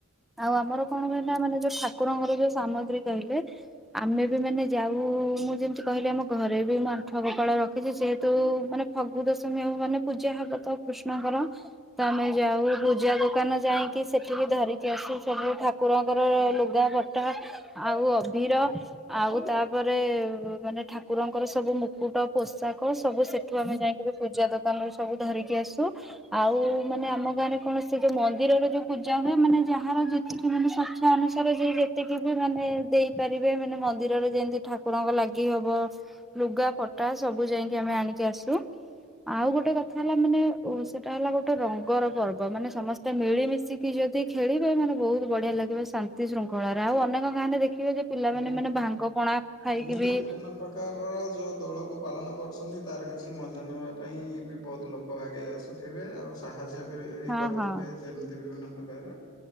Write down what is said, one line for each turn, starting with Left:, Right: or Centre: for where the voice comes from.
Centre: ଆଉ ଆମର କଣ କହିନା ମାନେ ଯୋଉ ଠାକୁରଙ୍କର ଯୋଉ ସାମଗ୍ରୀ କହିଲେ ଆମେ ବି ମାନେ ଯାଉ ମୁଁ ଯେମିତି କହିଲି ଆମ ଘରେ ବି ମୁଁ ଆଣ୍ଠୁଆ ଗୋପାଳ ରଖିଚି ସେହେତୁ ମାନେ ଫଗୁ ଦଶମୀ ହବ ମାନେ ପୂଜା ହବ ତ କୃଷ୍ଣଙ୍କର। ତ ଆମେ ଯାଉ ପୂଜା ଦୋକାନ ଯାଇଁକି ସେଠି ବି ଧରିକି ଆସୁ ସେଠୁ ଠାକୁରଙ୍କର ଲୁଗାପଟା ଆଉ ଅଭିର। ଆଉ ତାପରେ ମାନେ ଠାକୁରଙ୍କର ସବୁ ମୁକୁଟ ପୋଷାକ ସବୁ ସେ ଏଠୁ ଆମେ ଯାଇକିଁ ବି ପୂଜା ଦୋକାନରୁୁ ସବୁ ଧରିକି ଆସୁ। ଆଉ ମାନେ ଆମ ଗାଁ ରେ କଣ ସେଇ ଯୋଉ ମନ୍ଦିରରେ ଯୋଉ ପୂଜା ହୁଏ ମାନେ ଯାହାର ଯେତିକି ମାନେ ଶିକ୍ଷା ଥରେ ଯିଏ ଯେତିକି ବି ମାନେ ଦେଇପାରିବେ ମାନେ ମନ୍ଦିରରେ ଯେମତି ଠାକୁରଙ୍କ ଲାଗି ହବ। ଲୁଗା ପଟା ସବୁ ଯାଇଁକି ଆମେ ଆଣିକି ଆସୁ। ଆଉ ଗୋଟେ କଥା ହେଲା ମାନେ ସେଟା ହେଲା ଗୋଟେ ରଙ୍ଗର ପର୍ବ ମାନେ ସମ ମିଳିମିଶିକି ଯୋଦି ଖେଳିବେ ମାନେ ବୋହୁତ୍ ବଢିଆ ଲାଗିବ ଶାନ୍ ନ୍ତି ଶୃଙ୍ଖଳାରେ ଆଉ ଅନେକ ଗାଁରେ ଦେଖିବେ ଯେ ପିଲାମାନେ
Left: ଏମିତି
Centre: ମାନେ ଭାଙ୍ଗ ପଣା ଖାଇକି
Left: ଏମିତି
Centre: ବି
Left: ବିଭିନ୍ନ ପ୍ରକାରର ଯେଉଁ ଦୋଳକୁ ପାଳନ କରୁଛନ୍ତି ତାର କିଛି ମଜା ନବା ପାଇଁ ବି ବହୁତ ଲୋକ ଆଗେ ଆସୁ ଥିବେ ଆଉ ସାହାଯ୍ୟ ବି
Centre: ହଁ
Left: କରୁଥିବେ
Centre: ହଁ
Left: ଯେମ୍ତି ବିଭିନ୍ନ ପ୍ରକାର୍ ର।